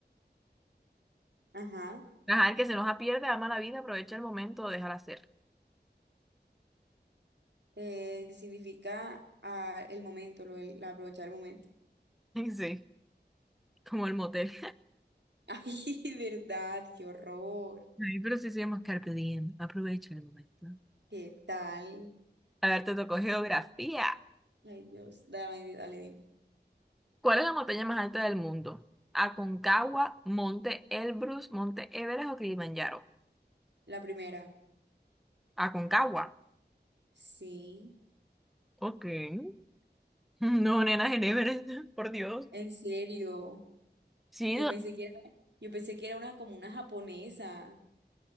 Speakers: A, on the right; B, in the centre.
A: Ajá.
B: Ajá, el que se enoja pierde, ama la vida, aprovecha el momento, déjala ser.
A: Eh, significa ah, el momento, lo, del- la brocha del momento.
B: <laughs> Sí. como el motel.
A: <laughs> Ay, verdad, qué horror.
B: <laughs> Ay, pero sí se llama Carpe Diem. Aprovecha el momento.
A: ¿Qué tal?
B: A ver, te tocó geografía.
A: Ay, Dios, dale, dale, dime.
B: ¿Cuál es la montaña más alta del mundo? ¿Aconcagua, Monte Elbrus, Monte Everest o Kilimanjaro?
A: La primera.
B: Aconcagua.
A: Sí,
B: Ok. <laughs> No, nena, en Everest, <laughs> por Dios.
A: en serio.
B: Sí,
A: Yo
B: no-
A: pensé que era, yo pensé que era una como una japonesa.